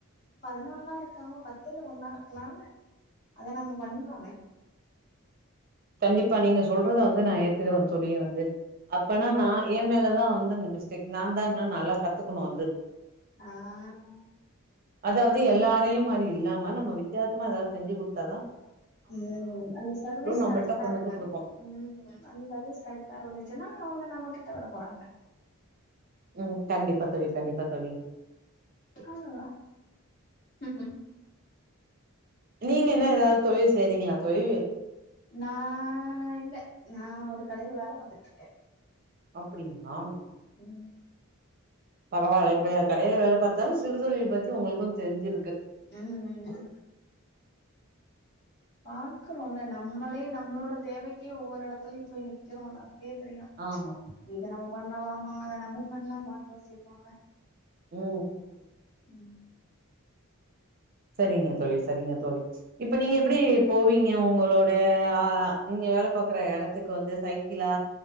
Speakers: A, on the left (about 55°); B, on the right (about 45°).
A: பதினொன்னா இருக்காம பத்துல ஒண்ணா இருக்கலால அத நம்ம பண்லாமே
B: கண்டிப்பா நீங்க சொல்றத வந்து நா ஏத்துக்கற தோழி வந்து அப்பனா
A: ம்.
B: நா ஏமேல தா வந்து அந்த மிஸ் டேக் நா தா இன்னு நல்லா கத்துக்குணு வந்து
A: ஆமா
B: அதாவது எல்லாரையு மாரி இல்லாம நம்ம வித்யாசமா எதாவது செஞ்சி கொடுத்தாதா
A: ம் அந்த சர்வேஸ்
B: நம்மள்ட்ட
A: கரெக்ட்டா
B: கொண்டு
A: இருக்கனு
B: வந்து குடுப்பாங்க
A: ம் அந்த சர்வே ஸ் கரெக்ட்டா இருந்துச்சுனா அவுங்க நம்ம கிட்ட வர போறாங்க
B: ம் கண்டிப்பா தோழி கண்டிப்பா தோழி
A: அவ்ளோ தா ம் ம்
B: நீங்க என்ன எதாவுது தொழில் செய்யறீங்ளா தோழி
A: நா இல்ல நா ஒரு கடைல வேல பாத்துட்ருக்க
B: அப்டிங்ளா
A: ம்
B: பரவாயில்ல இப்ப கடைல வேல பாத்தாலு சிறு தொழில் பத்தி உங்களுக்கு தெரிஞ்சிருக்கு
A: ம் ம் பாக்குறோல நம்மளே நம்மளோட தேவைக்கே ஒவ்வொரு எடத்துலயு போய் நிக்கறோல அப்பயே தெரியு
B: ஆமா
A: இத நம்ம பண்ணலாம அத நம்ம பண்லாமானு யோசிப்போல
B: ம் ம்
A: ம்
B: சரிங்க தோழி சரிங்க தோழி இப்ப நீங்க எப்டி போவீங்க உங்களோட ஆ நீங்க வேல பாக்குற எடத் துக்கு வந்து சைக்கிளா